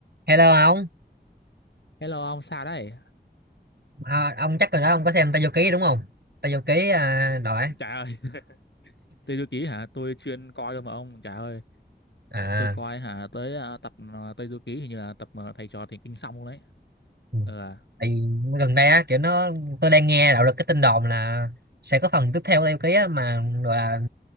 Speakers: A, on the right (about 65°); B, on the left (about 85°).
A: Hello ông,
B: Hello ông sao đấy?
A: à, ông chắc rồi đó ông có xem Tây Du Ký đúng không? Tây Du Ký à, đội á.
B: Trời ơi, Tây Du Ký hả? Tôi chuyên coi thôi mà ông. Trời ơi,
A: à,
B: tôi coi hả tới à, tập à, Tây Du Ký hình như là tập mà thầy trò thì kinh xong luôn đấy.
A: ừ.
B: Ờ, à,
A: tại vì gần đây á kiểu nó tôi đang nghe đạo được cái tin đồn là sẽ có phần tiếp theo Tây Du Ký á mà gọi là